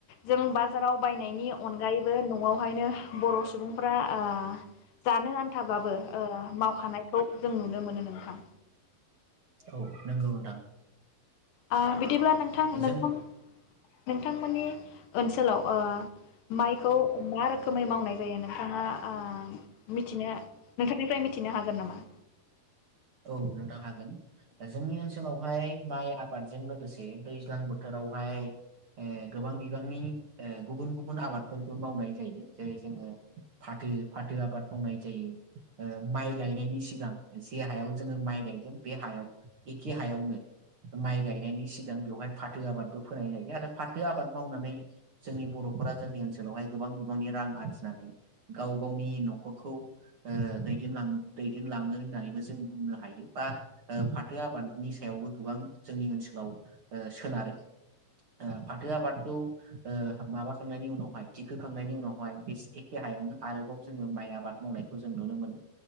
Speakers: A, on the left; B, on the right.
A: जों बाजाराव बायनायनि अनगायैबो न'आवहायनो बर' सुबुंफ्रा ओ जानो आन्थाबाबो मावखानायखौ जों नुनो मोनो नोंथां
B: औ नंगौ नोंथां
A: ओ बिदिब्ला नों नोंथां
B: जोंनि
A: नोंथां नोंथांमोननि ओनसोलाव ओ माइखौ मा रोखोमै मावनाय जायो नोंथाङा ओ मिथिनो नोंथांनिफ्राय मिथिनो हागोन नामा
B: औ नोंथां हागोन जोंनि ओनसोलावहाय माइ आबादजों लोगोसे दैज्लां बोथोरावहाय ओ गोबां बिबांनि ए गुबुन गुबुन आबाद फोरबो मावनाय जायो जेरै जोङो फाथो फाथो आबाद मावनाय जायो माइ गायनायनि सिगां जे हायाव जोङो माइ गायगोन बे हायाव एखे हायावनो माइ गायनायनि सिगां बेवहाय फाथो आबादबो फोनाय जायो आरो फाथो आबाद मावनानै जोंनि बर'फोरा जोंनि ओनसोलावहाय गोबां बिबांनि रां आरजिनानै गाव गावनि न'खरखौ ओ दैदेनलांनो दैदेनलाङो होननानैबो जों बुंनो हायो बा ओ फाथो आबादनि सायावबो गोबां जोंनि ओनसोलाव ओ सोनारो ओ फाथो आबादखौ ओ माबाखांनायनि उनावहाय थिखोखांनायनि उनावहाय बे एखे हायावनो आरोबाव जोङो माइ आबाद मावनायखौ जों नुनो मोनो